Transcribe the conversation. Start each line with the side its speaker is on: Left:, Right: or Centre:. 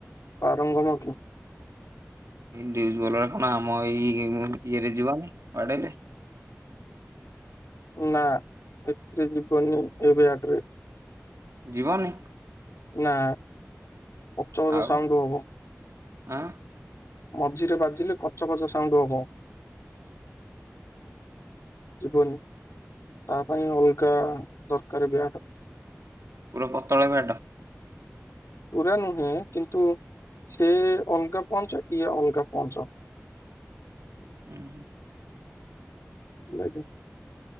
Left: ପାରଙ୍ଗମ କି?
Right: ଡିଉଜ ବଲ ଏ କଣ ଆମ ଏଇ ଉଁ ଇଏରେ ଯିବ ନି ବାଡ଼େଇଲେ
Left: ନା ଏଥିରେ ଯିବନି ଏ ବ୍ୟାଟରେ
Right: ଯିବନି
Left: ନା ପଚ ପଚ
Right: ଆଉ
Left: ସାଉଣ୍ଡ ହବ
Right: ଆଁ
Left: ମଝିରେ ବାଜିଲେ କଚ କଚ ସାଉଣ୍ଡ ହବ ଯିବନି ତା ପାଇଁ ଅଲଗା ଦରକାର ବିରାଟ
Right: ପୁରା ପତଳ ବଡ
Left: ପୁରା ନୁହେଁ କିନ୍ତୁ ସେ ଅଲଗା ପହଞ୍ଚ ଇଏ ଅଲଗା ପହଞ୍ଚ
Right: ହୁଁ ହୁଁ
Left: ଆଜ୍ଞା